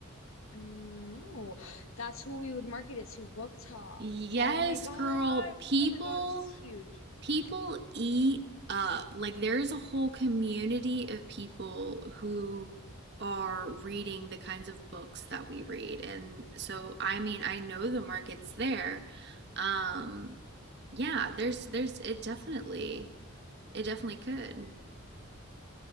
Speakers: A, on the left; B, on the right.
A: No, that's who we would market it to, Book Talk.
B: Yes,
A: Oh my God.
B: girl.
A: Oh
B: People
A: my God, this is huge.
B: people eat up. Like there is a whole community of people who are reading the kinds of books that we read. And so I mean, I know the market's there. Um yeah, there's there's it definitely it definitely could.